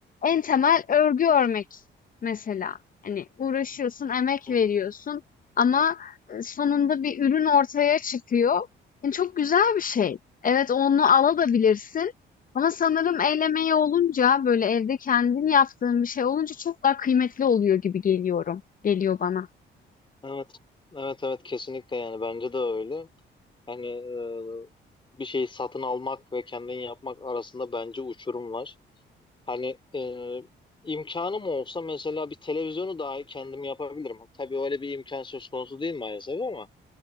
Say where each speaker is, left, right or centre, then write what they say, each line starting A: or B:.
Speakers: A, on the left (about 45°); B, on the left (about 25°).
A: en temel örgü örmek mesela. Hani uğraşıyorsun, emek
B: Hı
A: veriyorsun
B: hı.
A: ama e, sonunda bir ürün ortaya çıkıyor. Yani çok güzel bir şey. Evet onu alabilirsin ama sanırım el emeği olunca böyle evde kendin yaptığın bir şey olunca çok daha kıymetli oluyor gibi geliyorum. Geliyor bana.
B: Evet. Evet evet kesinlikle yani bence de öyle. Hani e, bir şeyi satın almak ve kendin yapmak arasında bence uçurum var. Hani e, imkanım olsa mesela bir televizyonu dahi kendim yapabilirim. Tabii öyle bir imkan söz konusu değil maalesef ama